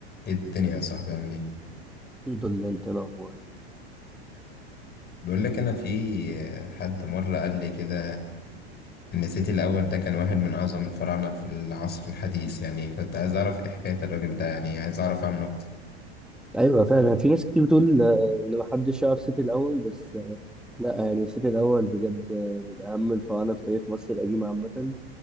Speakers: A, on the left (about 30°); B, in the centre.
A: ايه الدنيا يا صاحبي عامل ايه
B: الحمد لله انت ايه الاخبار
A: بيقول لك انا في حد مره قال لي كده ان سيتي الاول ده كان واحد من اعظم الفراعنه في العصر الحديث يعني كنت عايز اعرف ايه حكايه الراجل ده يعني عايز اعرف عنه اكتر
B: ايوه فعلا في ناس كتير بتقول آه، ان محدش يعرف سيتي الاول بس آه، لا يعني سيتي الاول بجد آه، من اهم الفراعنه في تاريخ مصر القديمه عامه